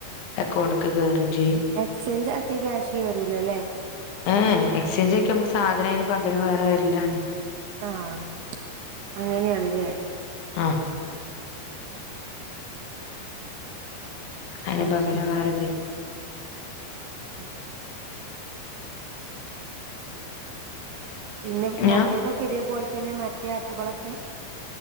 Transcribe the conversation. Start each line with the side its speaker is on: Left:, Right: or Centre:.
Left: അക്കൗണ്ട്ക്ക് കേറും ചെയ്യും
Right: എക്സ്ചേഞ്ച് ആക്കി ക്യാഷ് കേറൂലലേ
Left: ഏഹ് ഏഹ് എക്സ്ചേഞ്ച് ആക്യാ അമ്മക്ക് സാധനയ്ന് പകരം വേറെ വെര്ലാണ്.
Right: ആഹ്, അങ്ങന്യാണ്ലേ.
Left: ആഹ്. അയ്ന്
Right: അത്
Left: പകരം
Right: ശരി
Left: വേറെ വെരും.
Right: ആഹ്. പിന്നെ മറ്റേതൊക്കെ
Left: ഞാൻ
Right: ഇതേപോൽ തന്നെ മറ്റേ ആപ്പുകളൊക്കെ.